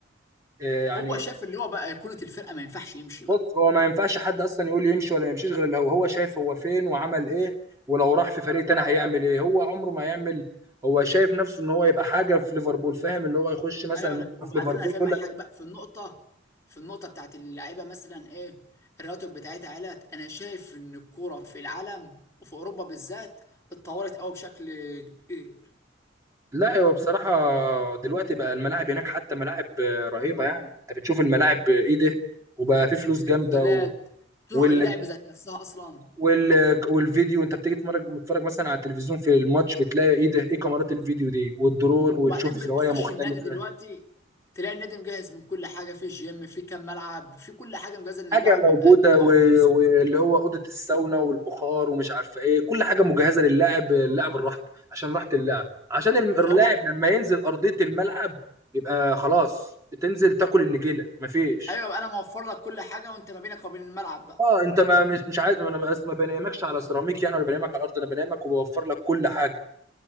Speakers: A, on the right; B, on the left.
A: آه، يعني
B: هو شاف اللي هو بقى ايقونه الفرقه ما ينفعش يمشي بقى
A: بص هو ما ينفعش حد اصلا يقول لي يمشي ولا ما يمشيش غير اللي هو هو شايف هو فين وعمل ايه ولو راح في فريق تاني هيعمل ايه هو عمره ما يعمل هو شايف نفسه ان هو يبقى حاجه في ليفربول فاهم اللي هو يخش مثلا
B: انا يعني
A: ملعب
B: وبعدين
A: في ليفربول
B: انا فاهم
A: يقول
B: حاجه
A: لك
B: بقى في النقطه في النقطه بتاعت اللعيبه مثلا ايه الراتب بتاعتها علت انا شايف ان الكوره في العالم وفي اوروبا بالذات اتطورت قوي بشكل كبير
A: لا هو بصراحه دلوقتي بقى الملاعب هناك حتى ملاعب آه، رهيبه يعني انت بتشوف الملاعب آه، ايه ده وبقى في فلوس
B: السادات
A: جامده و...
B: طرق
A: وال...
B: اللعب ذات نفسها اصلا
A: وال... والفيديو انت بتيجي تتفرج تتفرج مثلا على التلفزيون في الماتش بتلاقي ايه ده ايه كاميرات الفيديو دي والدرون وتشوف
B: وبعدين
A: زوايا
B: بتخش
A: مختلفه
B: النادي دلوقتي تلاقي النادي مجهز من كل حاجه في جيم في كام ملعب في كل حاجه مجهزه ان
A: حاجه
B: اللاعب
A: موجوده
B: يبقى يطور
A: و-
B: نفسه
A: واللي هو اوضه الساونا والبخار ومش عارفه ايه كل حاجه مجهزه للاعب اللاعب الراحه عشان راحه اللاعب عشان الم- اللاعب
B: فهو
A: لما ينزل ارضيه الملعب يبقى خلاص تنزل تاكل النجيله مفيش
B: ايوه انا موفر لك كل حاجه وانت ما بينك وبين الملعب بقى
A: اه انت ما مش مش عايز انا بس ما بنامكش على سيراميك يعني ولا بنامك على الارض انا بنامك وبوفر لك كل حاجه